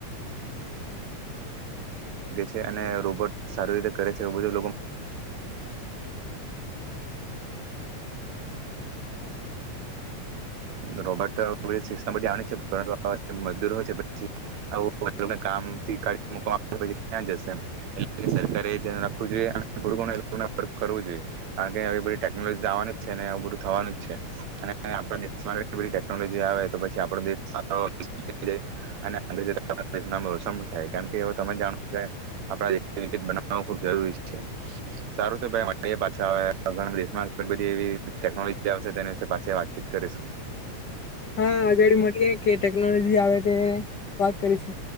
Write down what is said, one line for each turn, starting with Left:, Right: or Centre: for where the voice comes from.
Right: છે અને રોબોટ સારી રીતે કરે છે બધું લોકો <unintelligible> <unintelligible> ટેકનોલોજીી જવાની છે ને એ થવાનું જ છે અને આપણા દેશમાં કેટલી બધી ટેકનોલોજી એ આવે તો પછી આપણો દેશ સારો વિકસિત થઇ રહે અને <unintelligible> દેશનું નામ રોશન થાય કારણ કે હવે તમે જાણો <unintelligible> આપણા દેશને વિકસિત બનાવો ખૂબ જરૂરી છે સારુ તો <unintelligible> દેશમાં ઘણી બધી એવી ટેક્નોલોજી આવશે તો એના વિશે પાછી વાતચીત કરીશું <unintelligible> <unintelligible> <inaudible>
Left: હા આગળ મળીએ કે ટેકનોલોજી આવે તે વાત કરીશું